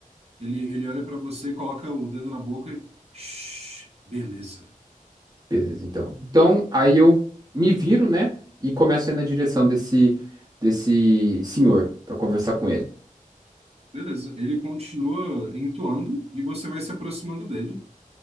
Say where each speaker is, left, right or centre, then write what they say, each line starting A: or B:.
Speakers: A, on the right; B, on the right.
A: Ele, ele olha pra você, coloca o dedo na boca. e, Shh, beleza.
B: Beleza, então. Então, aí eu me viro, né? E começo a ir na direção desse, desse senhor para conversar com ele.
A: Beleza. Ele continua entoando e você vai se aproximando dele.